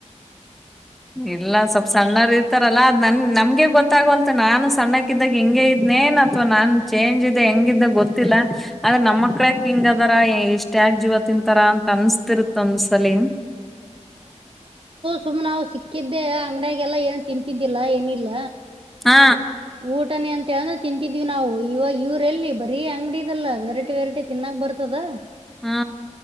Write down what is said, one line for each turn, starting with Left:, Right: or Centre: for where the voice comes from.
Centre: ಇಲ್ಲ ಸ್ವಲ್ಪ ಸನ್ನರಿರ್ತ ಲತಲಾ ಅದ ನನ್ ನಮಗೆ ಗೊತ್ತಾಗವಲ್ತ್ ನಾನು ಸಣ್ಣಕ್ಕ ಇದ್ದಾಗ ಹಿಂಗೆ ಇದ್ನೇನ್ ಅಥವಾ ನಾನ್ ಚೇಂಜ್ ಇದೆ ಹೆಂಗ ದೇ ಗೊತ್ತಿಲ್ಲ ಆದ್ರೆ ನಮ್ಮ ಮಕ್ಳ ಯಾಕ್ ಹಿಂಗ್ ಅದಾರ ಇಷ್ಟ ಯಾಕ್ ಜೀವ ತಿಂತಾರ ಅಂತ ಅನ್ಸ್ತಿರತ್ತ ಒನ್ನಸಲಿ.
Right: ಸುಮ್ಮ ನಾವ ಸಿಕ್ಕಿದ್ದೆ ಅಂಗ್ಡ್ಯಾಗೆಲ್ಲಾ ಏನ ತಿಂತಿದ್ದಿಲ್ಲಾ ಏನಿಲ್ಲ.
Centre: ಹಾ
Right: ಊಟನೆ ಅಂತ ಹೇಳ್ ತಿಂತಿದೀವಿ ನಾವು ಇವಾಗ ಇವ್ರ ಎಲ್ಲಿ ಬರೀ ಅಂಗಡಿ ಇದಲ್ಲಾ ವೆರೈಟಿ ವೆರೈಟಿ ತಿನ್ನಕ್ ಬರ್ತದ.
Centre: ಹಾ